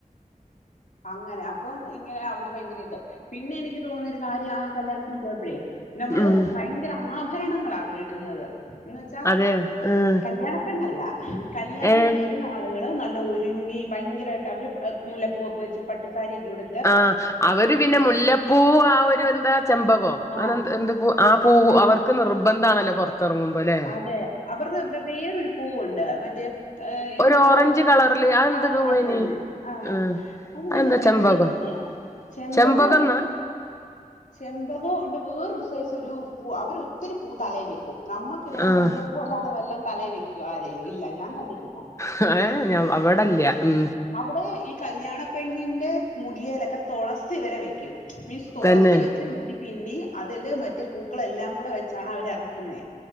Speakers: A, on the left; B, on the left.
A: അങ്ങനെ അപ്പം ഇങ്ങനെ അവര് ഭയങ്കര ഇത് പിന്നെ എനിക്ക് തോന്നിയ ഒരു കാര്യം ആഹ് കല്യാണത്തിന് പോയപ്പഴേ ന്നമ്മള്
B: ഉം
A: ഭയങ്കര ആഭരണങ്ങളാവ ഇടുന്നത് എന്നുവെച്ചാ
B: അതെ ആഹ്
A: കല്യാണ പെണ്ണല്ല കല്യാണത്തിന്
B: ഏഹ്
A: വെ രുന്ന ആളുകള് നല്ല ഒരുങ്ങി ഭയങ്കരായിട്ട് അവര് മുലപ്പൂവൊക്കെ വെച്ച് പട്ടുസാരിയൊക്കെടു
B: ആഹ്‌ അവര് പിന്നെ മുല്ലപ്പൂ ആഹ്‌ ഒരു എന്താ ചെമ്പകോ
A: ആഹ്
B: അന എ ആഹ് പൂ
A: ആഹ്
B: അവർക്ക് നിർബ നിർബന്ധാണല്ലോ പൊറത്ത് ത്തറങ്ങുമ്പോല്ലേ
A: അതെ അവർന്ന് തേ വേറൊരു പൂവുണ്ട് മറ്റേ എന്തുവാ
B: ഒരു ഓറഞ്ച് കളറില് അത് എന്ത്
A: ആഹ്‌
B: പൂവേനി
A: അത് തന്ന ആ
B: ആഹ്
A: അതിനെന്ത
B: അതെന്താ
A: പറയാൻ
B: ചെമ്പകോ
A: തെച്ചിയാ ചെമ്പകൂണ്ട
B: ചെമ്പകംന്നാ
A: ചെമ്പകം ഉണ്ട് വേറൊരു സൈസ ഒരു പൂ അവര് ഒത്തിരി പൂ തലയിൽ വെക്കും നമ്മുക്ക് ഇവിടെ
B: ആഹ്
A: മുല്ലപ്പൂ അല്ലാതെ വല്ലാം തലയി വെക്കുവോ ആരേലും ഇല്ല ഞാൻ കണ്ടിട്ട് ഇല്ല
B: ഹ് ഞാൻ അവിടല്ല ഉം
A: അവിടെ ഈ കല്യാണപ്പെണ്ണിന്റെ മുടിയേലൊക്കെ തുളസി വരെ വെക്കും മീൻസ് തുളസി
B: തന്നെ
A: മുടി പിന്നി അതില് മറ്റ് പൂക്കളെല്ലാം കൂടെ വെച്ചാണ് അവരറുക്കുന്നെ